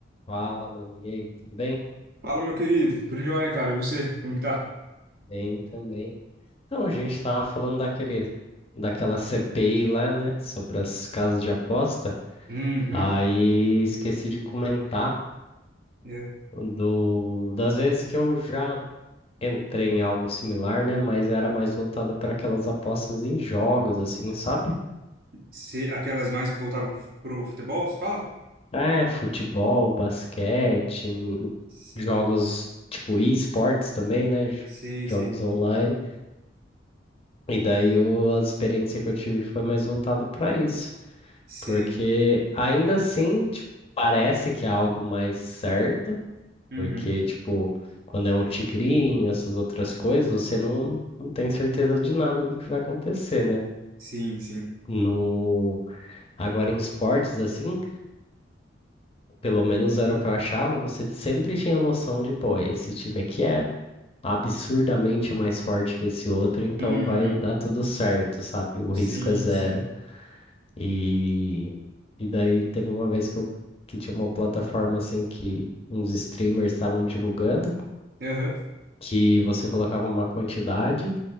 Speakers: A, on the left; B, on the right.
A: Fala, mano. E aí, tudo bem?
B: Fala, meu querido. Tudo jóia, cara. E você? Como que tá?
A: Bem também. Então, a gente tava falando daquele, daquela CPI lá, né? Sobre as casas de aposta.
B: Uhum.
A: Aí esqueci de comentar
B: É.
A: do, das vezes que eu já entrei em algo similar, né? Mas era mais voltada para aquelas apostas em jogos, assim, sabe?
B: Se, aquelas mais voltaram pro futebol, você fala?
A: É, futebol, basquete, n-
B: Sei,
A: jogos tipo e-sports também, né? j-
B: sei,
A: Jogos
B: sei,
A: online. E daí eu- a experiência que eu tive foi mais voltado para isso,
B: sei.
A: porque ainda assim, tipo, parece que é algo mais certo,
B: Uhum.
A: porque, tipo, quando é um tigrinho, essas outras coisas, você não, não tem certeza de nada do que vai acontecer, né?
B: Sim, sim.
A: No... Agora em esportes, assim, pelo menos era o que eu achava, você sempre tinha noção de, pô, esse time aqui é absurdamente mais forte que esse outro, então
B: Uhum.
A: vai dar tudo certo, sabe? O
B: Sim,
A: risco é zero.
B: sim.
A: E, e daí teve uma vez que, eu, que tinha uma plataforma assim que uns streamers estavam divulgando,
B: Aham.
A: que você colocava uma quantidade